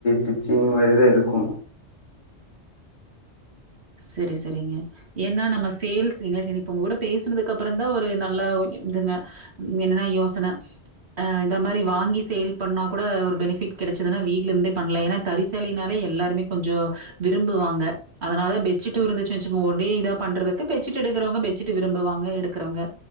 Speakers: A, on the left; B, on the right.
A: டிச்சிங் மாரிதா இருக்கு
B: செரி செரிங்க ஏன்னா நம்ம சேல்ஸ் எங்களுக்கு இனி இப்போ உங்க கூட பேசுனதுக்கு அப்புற தா ஒரு நல்லா ஒ இதுங்க ம் என்னென்னா யோசன அ இந்த மாரி வாங்கி சேல் பண்ணா கூட ஒரு பெனிஃபிட் கெடச்சதுன்னா வீட்ல இருந்தே பண்லா ஏன்னா தறி சேலை னாலே எல்லாருமே கொஞ்சோ விரும்புவாங்க அதனாலதா பெட்சீட்டு இருந்துச்சு வச்சுங்க ஒடே இதா பண்றதுக்கு பெட்சீட் எடுக்கிறவங்க பெட்சிட்டு விரும்புவாங்க எடுக்கிறவங்க